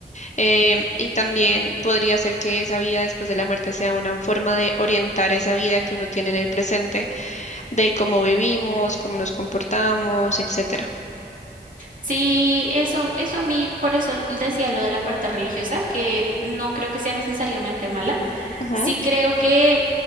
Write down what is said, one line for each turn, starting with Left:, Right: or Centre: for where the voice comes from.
Left: Em, y también podría ser que esa vida después de la muerte sea una forma de orientar esa vida que uno tiene en el presente de cómo vivimos, cómo nos comportamos, etcétera.
Right: Sí, eso, eso a mí, por eso decía lo de la parte religiosa, que no creo que sea necesariamente mala.
Left: Ujú,
Right: Sí creo que